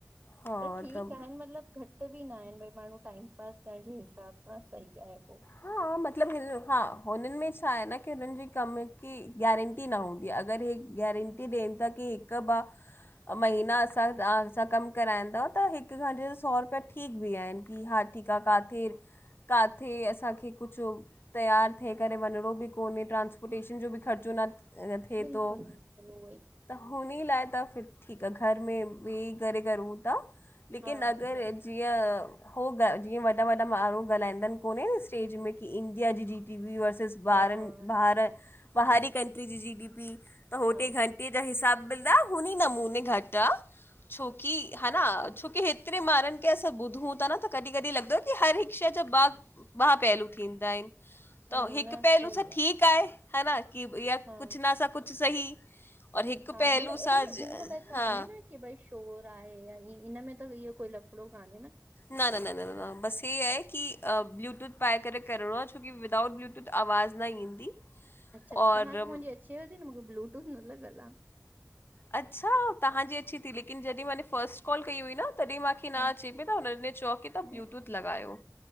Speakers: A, on the left; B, on the right.
A: हा
B: पर ठीकु
A: त
B: आहे मतलबु घटि घट बि न आहिनि भई माण्हू टाइम पास करण जे हिसाब सां सही आहे पोइ
A: हा मतिलबु हा हुननि में छा आहे न की हुननि जी कम की गारं टी न हूंदी आहे अगरि हे गारंटी ॾियनि था की हिकु ॿ महीना असां तव्हां सां कमु कराईंदव त हिक अॾ सौ रुपया ठीक बि आहिनि कि हा ठीक आहे काथे काथे असांखे कुझु तयारु थए करे वञिणो बि कोन्हे ट्रांस्पोटेशन जो बि ख़र्चो न थिए
B: बिल्कुलु
A: थो
B: बिल्कुलु उहो ई
A: त हुन ई लाइ त फ ठीकु आहे घर में वेही करे करेूं था लेकिन
B: हा
A: अगरि
B: उहोई
A: जीअं होगा जीअं वॾा वॾा माण्हू ॻाल्हाईंदा आहिनि कोन्हे स्टेज
B: हम्म हम्म
A: में की इन इंडिया जी जी डी पी वर्सिस ॿारनि
B: हा हा
A: भार ॿहारी कंट्री जी जी डी पी त हो
B: हा
A: टे घंटे जा हिसाब मिलंदा हुन ई नमूने घटि आहे छोकी
B: अच्छा
A: हर छोकी हेतिरे ॿारनि खे असां ॿुधूं था न त कॾहिं कॾहिं लॻंदो की हर हिक शय जो बाग ॿ पहलू थींदा आहिनि
B: हम्म
A: त हिकु
B: न
A: पहलू
B: सही
A: सां
B: आ
A: ठीकु आहे है न की इहा
B: हा
A: कुझु नस कुझु सही और हिकु
B: हा
A: पहलू
B: मतिलबु इन
A: सां
B: में ईअं त कान्हे
A: हा
B: न की भई शोर आहे या ही इनम में त इहो कोई लफड़ो कान्हे न?
A: न न न न न न बस ही आहे की अ ब्लूटूथ पाए करे करिणो आहे छोकी विदाउट ब्लूटूथ त आवाज़ न ईंदी
B: अच्छा
A: और
B: त तव्हांखे
A: अम,
B: मुंहिंजी अचेव थी न ब्लूटूथ न लॻल आहे
A: अच्छा तहांजी अचे थी लेकिन जॾहिं माने फस्ट कॉल कई हुई न तॾहिं मांखे न
B: हा
A: अचे पई त हुननि चओ की तव्हां
B: न
A: ब्लूटूथ लॻायो